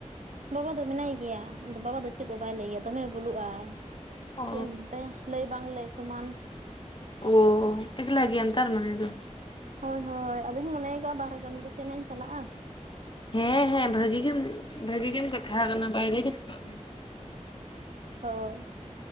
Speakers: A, on the right (about 75°); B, on the left (about 40°).
A: ᱵᱟᱵᱟ ᱫᱚ ᱢᱮᱱᱟᱭ ᱜᱮᱭᱟ ᱟᱫᱚ ᱵᱟᱵᱟ ᱫᱚ ᱪᱮᱫ ᱫᱚ ᱵᱟᱭ ᱞᱟᱹᱭᱟ ᱫᱚᱢᱮ ᱵᱩᱞᱩᱜᱼᱟᱭ
B: ᱚ
A: ᱪᱮᱫ ᱮᱢ ᱢᱮᱛᱟᱭᱟ ᱞᱟᱹᱭ ᱵᱟᱝ ᱞᱟᱹᱭ ᱥᱚᱢᱟᱱ
B: ᱳ ᱮᱠᱞᱟ ᱜᱮᱭᱟᱢ ᱛᱟᱨ ᱢᱟᱱᱮ ᱫᱚ
A: ᱦᱳᱭ ᱦᱳᱭ ᱟᱫᱚᱧ ᱢᱚᱱᱮᱭ ᱟᱠᱟᱜᱼᱟ ᱵᱟᱦᱟᱨᱮ ᱠᱟᱹᱢᱤ ᱠᱚᱥᱮᱫ ᱤᱧ ᱪᱟᱞᱟᱜᱼᱟ
B: ᱦᱮᱸ ᱦᱮᱸ ᱵᱷᱟᱜᱤ ᱜᱮᱢ ᱵᱷᱟᱜᱤ ᱜᱮᱢ ᱠᱟᱛᱷᱟ ᱟᱠᱟᱱᱟ ᱵᱟᱭᱨᱮ ᱪᱟᱞᱟᱜ ᱢᱮ
A: ᱦᱳᱭ